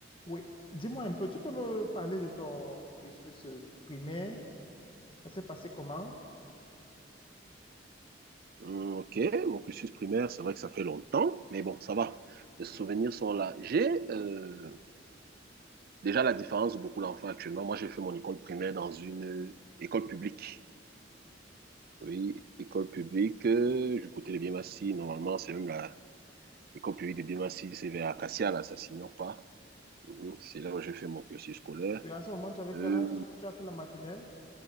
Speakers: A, on the left; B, on the right.
A: Oui. Dis-moi un peu, tu peux me parler de ton cursus euh, primaire? Ça s'est passé comment?
B: Hum, ok, mon cursus primaire, c'est vrai que ça fait longtemps, mais bon, ça va. Les souvenirs sont là. J'ai euh, déjà la différence de beaucoup d'enfants actuellement. Moi, j'ai fait mon école primaire dans une euh, école publique. Oui, école publique euh, du côté de Biémassi. Normalement, c'est même la l'école publique de Biémassi, c'est vers Acacia, là, ça s'ignore pas. Mhm. C'est là où j'ai fait mon cursus scolaire.
A: Oui, à ce moment, tu avais
B: Euh,
A: quel âge? Tu as fait la maternelle?